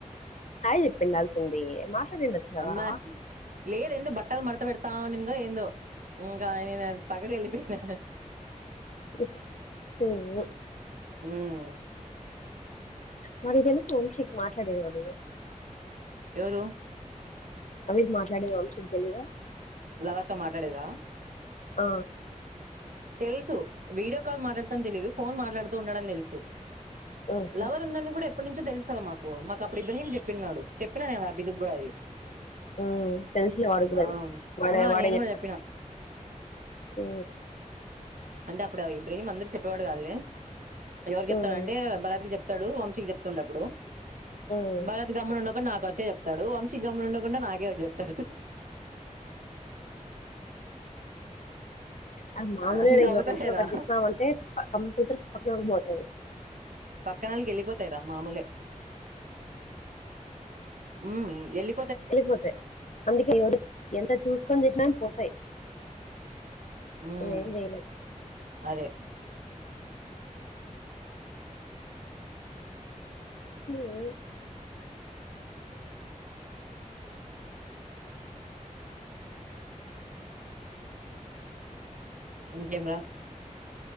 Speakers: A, on the left (about 65°); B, on the right (about 85°).
A: హాయ్ చెప్పిండాల్సింది మాట్లాడిండొచ్చువా
B: అమ్మా లేదు ఏందో బట్టల్ మడత వెడతా అనిందొ ఏందో ఇంగ ఈమె పగడి వెళ్ళిపోయినా
A: హుమ్
B: ఉమ్
A: వాడికి తెలుసు వంశీకి మాట్లాడేది వాడు
B: ఎవరు
A: అవిగ్ మాట్లాడేది వంశీకి తెలీదా
B: లవర్ తో మాట్లాడేదా
A: ఆ
B: తెలుసు వీడియో కాల్ మాట్లాడుత అని తెలిదు ఫోన్ మాట్లాడుతూ ఉండడని తెలుసు
A: మ్మ్
B: లవర్ ఉందని గూడ ఎప్పటినుంచో తెలుసు కదా మాకు మాకు అప్పుడు ఇబ్ర్రాహీం చెప్పిన్నాడు చెప్ చేపిన నేను అభికి గూడ అది
A: ఉ తెలిసి వాడిక్ గూడ
B: ఆ
A: అది వాడే
B: ఆ,
A: వాడే
B: నేను
A: చెప్పడు
B: కూడా చెప్పిన
A: ఆ
B: అంటే అప్పుడు ఇబ్రహీం అందర్ చెప్పవాడు గాద్ల్ ఎవరు చెప్తాడ్
A: మ్మ్
B: అంటే భారత్ కి చెప్త్ టాడు వంశీకి చెప్తుండే అపుడు
A: మ్మ్
B: భరత్ గమ్మున ఉండక నాక్ వచ్చే చెప్తాడు వంశీ గమ్మున ఉండకుండా నాకే వోచి చెప్తాడు
A: అది మామోలే
B: ఆ
A: లె
B: నవ్వుతాయిరా
A: ఒకరి విషయం ఒకరికి చెప్పినవంటే క కంపల్సరీ పక్కన బోతది
B: పక్కనళ్కి వెళ్ళిపోతాయిర మామూలే ఉమ్ ఏళ్ళి
A: వెళ్ళిపోతాయ్ అందుకే ఎవరు ఎంత చూసుకొని చిట్నా పోతాయి
B: ఉమ్
A: మనమేం చేయలేం
B: అదే
A: ఉమ్
B: ఇంకేం రా